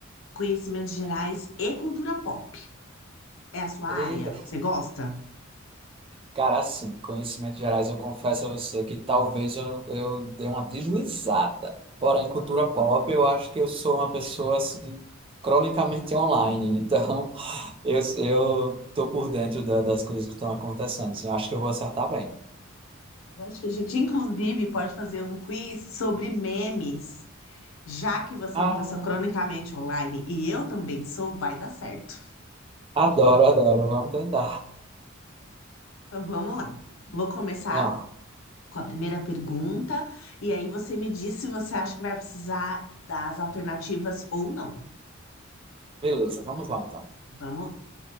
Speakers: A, on the left; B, on the right.
A: Conhecimentos gerais e cultura pop. É a sua
B: Eita.
A: área? Você gosta?
B: Cara, assim, conhecimentos gerais, eu confesso a você que talvez eu, eu dei uma deslizada. Porém, cultura pop, eu acho que eu sou uma pessoa assim, cronicamente online. Então, <laughs> eu, eu tô por dentro da- das coisas que estão acontecendo. Assim, acho que eu vou acertar bem.
A: Eu acho que a gente, inclusive, pode fazer um quiz sobre memes. Já que você
B: Ah,
A: é uma pessoa cronicamente online e eu também sou, vai dar certo.
B: adoro, adoro. Vamos tentar.
A: Então vamos lá. Vou começar
B: Vamos lá.
A: com a primeira pergunta e aí você me diz se você acha que vai precisar das alternativas ou não.
B: Beleza, vamos lá então.
A: Vamos.